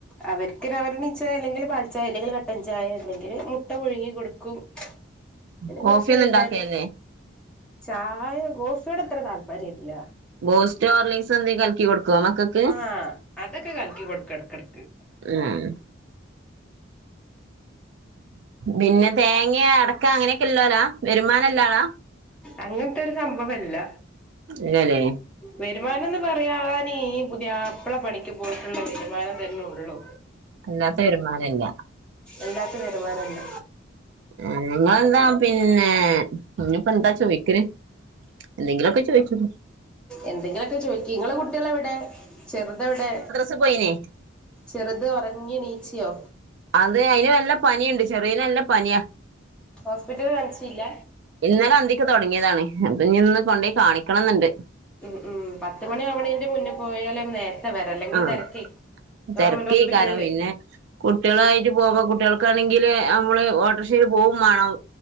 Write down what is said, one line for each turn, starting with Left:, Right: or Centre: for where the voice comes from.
Centre: അവര്ക്ക് രവിലെണീച അല്ലെങ്കിൽ പാൽചായ അല്ലെങ്കിൽ കട്ടൻ ചായ അല്ലെങ്കിൽ മുട്ട പുഴുങ്ങി കൊടുക്കും. പിന്നെ
Right: കോഫിയൊന്നു
Centre: കൊറച്ച് കഴിഞ്ഞാല്
Right: ണ്ടാക്കേല്ലേ.
Centre: ചായ ഗോഫിയോടെ അത്ര താല്പര്യല്ല.
Right: ബോസ്റ്റോ ഓർലിസ് എന്തെ കൽക്കി കൊട്ക്കോ മക്ക-
Centre: ആഹ് അതക്കെ കൽക്കി കൊട്ക്കെട്ക്കട്ക്ക്.
Right: ആഹ്. ബിന്നെ തേങ്ങെ അട്ക്ക അങ്ങനെ ക്കെല്ലോലാ വരുമാനല്ലാ ആലാ.
Centre: അങ്ങൻത്തൊരു സംഭവല്ല.
Right: ല്ല ലേ.
Centre: വരുമാനം ന്ന് പറയാന് പുതിയാപ്ല പണിക്ക് പോയിട്ടുള്ള വരുമാനം തന്നൊള്ളു.
Right: അല്ലാത്ത വരുമാന ഇല്ല.
Centre: എല്ലാത്ത വരുമാനംല്ല.
Right: അ്ന്നാന്താ പിന്നെ ഇന്ത്പ്പ ന്താ ചോയ്ക്കല്. എന്തെങ്കിലൊക്കെ ചോയ്ച്ചോ
Centre: എന്തെങ്കിലൊക്കെ ചോയ്ക്കി ങ്ങളെ കുട്ട്യളെവിടെ ചെർതെവിടെ?
Right: ത് പൊയ്നെ.
Centre: ചെറുത് ഒറങ്ങി എണിചിയോ.
Right: അത് അയ്ന് വല്ല പനിണ്ട് ചെറി നല്ല പന്യ.
Centre: ഹോസ്പിറ്റല് കാൺച്ചില്ല.
Right: ഇന്നല അന്തിക് തൊട്ങ്ങ്യതാണ് അപ്പൊ ഞ്ന്ന് കൊണ്ടേയി കാണിക്കണം ന്ന്ണ്ട്.
Centre: ഉം ഉം പത്ത് മണി ആവണേന്റെ മുന്നേ പോയാലും നേര വരാ അല്ലെങ്കിൽ
Right: ആഹ്
Centre: തെരെക്കേ, ഗവൺമെൻഡോസ്പിറ്റലില്.
Right: തിരക്കേക്കാരം പിന്നെ കുട്ടികളായിട്ട് പോകു കുട്ടികൾക്കാണെങ്കില് അമ്മള് ഓട്ടോറിഷയിൽ പോവും വേണം.